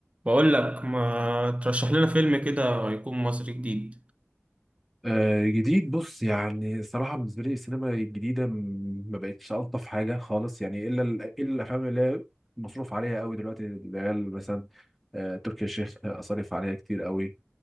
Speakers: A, on the right (about 30°); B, in the centre.
A: بقول لك ما ترشح لنا فيلم كده يكون مصري جديد
B: آه، جديد بص يعني الصراحة بالنسبة لي السينما الجديدة م- ما بقتش ألطف حاجة خالص يعني إلا ال- إلا الأفلام اللي هي مصروف عليها قوي دلوقتي اللي هي مثلا آه، تركي الشيخ أصرف عليها كتير قوي